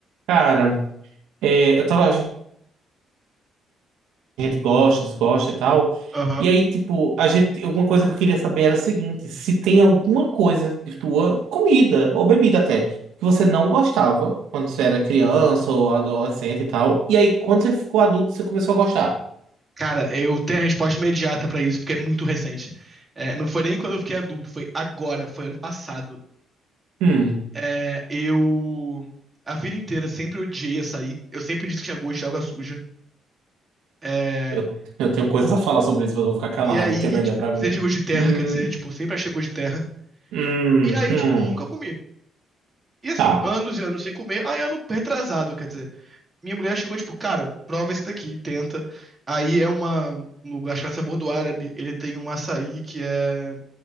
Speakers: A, on the right (about 85°); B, on the right (about 25°).
A: Cara, é, eu tava. A gente gosta, desgosta e tal.
B: Aham.
A: E aí, tipo, a gente. Alguma coisa que eu queria saber era o seguinte: se tem alguma coisa de tua comida, ou bebida até, que você não gostava quando você era criança ou adolescente e tal. E aí, quando você ficou adulto, você começou a gostar.
B: Cara, eu tenho a resposta imediata pra isso, porque é muito recente. É, não foi nem quando eu fiquei adulto, foi agora, foi ano passado.
A: Hum,
B: É, eu. A vida inteira sempre odiei açaí. Eu sempre disse que tinha gosto de água suja. É,
A: eu, eu tenho coisas a falar sobre isso, mas eu vou ficar calado,
B: e aí,
A: o que é melhor
B: tipo,
A: pra mim.
B: sempre tinha gosto de terra,
A: Hum,
B: quer dizer, tipo, sempre achei gosto de terra.
A: hum,
B: E aí,
A: hum.
B: tipo, nunca comi. E assim,
A: Tá.
B: anos e anos sem comer. Aí, ano retrasado, quer dizer. Minha mulher chegou, tipo, cara, prova esse daqui, tenta. Aí é uma. Um lugar chamado Sabor do Árabe. Ele tem um açaí que é